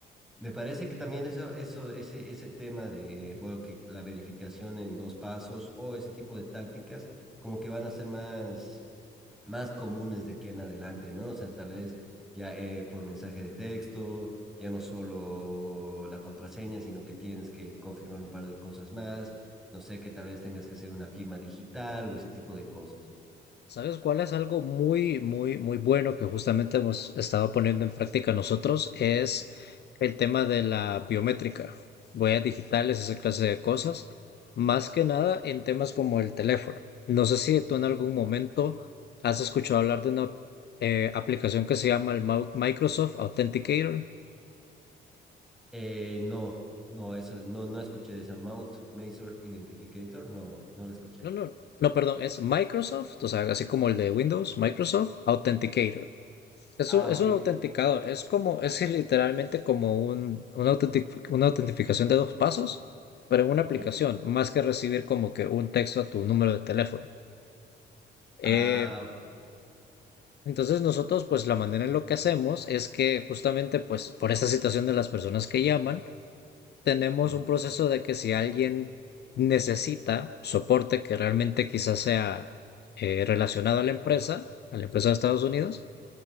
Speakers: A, in the centre; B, on the left.
A: me parece que también eso, eso, ese, ese tema de, bueno, que la verificación en dos pasos o ese tipo de tácticas, como que van a ser más más comunes de aquí en adelante, ¿no? O sea, tal vez ya eh, por mensaje de texto, ya no solo la contraseña, sino que tienes que confirmar un par de cosas más, no sé, que tal vez tengas que hacer una firma digital o ese tipo de cosas.
B: ¿Sabes cuál es algo muy, muy, muy bueno que justamente hemos estado poniendo en práctica nosotros? Es el tema de la biométrica, huellas digitales, esa clase de cosas. Más que nada en temas como el teléfono. No sé si tú en algún momento has escuchado hablar de una eh, aplicación que se llama el Mau- Microsoft Authenticator.
A: Eh, no, no, eso, no, no escuché de esa Mouth Masor Identificator, no, no la escuché.
B: No, no, no, perdón, es Microsoft, o sea, así como el de Windows, Microsoft Authenticator. Es
A: Ah,
B: un, es
A: ok,
B: un autenticador, es como, es literalmente como un, una, autentic- una autentificación de dos pasos, pero en una
A: ok.
B: aplicación, más que recibir como que un texto a tu número de teléfono. Eh,
A: Ah, ok.
B: entonces nosotros, pues la manera en lo que hacemos es que justamente, pues por esta situación de las personas que llaman, tenemos
A: Ujú,
B: un proceso de que si alguien necesita soporte que realmente quizás sea eh, relacionado a la empresa, a la empresa de Estados Unidos,